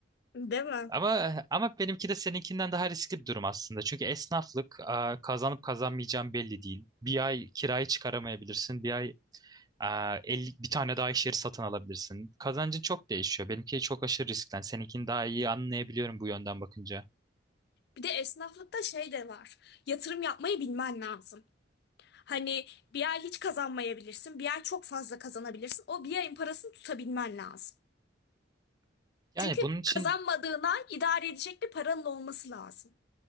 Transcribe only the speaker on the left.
Değil mi?
Bir de esnaflıkta şey de var. Yatırım yapmayı bilmen lazım. Hani bir ay hiç kazanmayabilirsin, bir ay çok fazla kazanabilirsin. O bir ayın parasını tutabilmen lazım. Çünkü
kazanmadığına idare edecek bir paranın olması lazım.